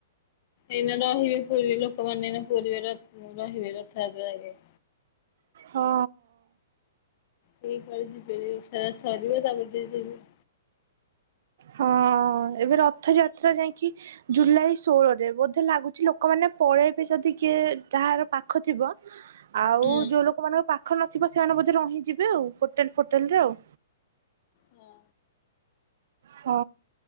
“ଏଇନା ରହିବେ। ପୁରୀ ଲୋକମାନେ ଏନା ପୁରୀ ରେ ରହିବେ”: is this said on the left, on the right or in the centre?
Left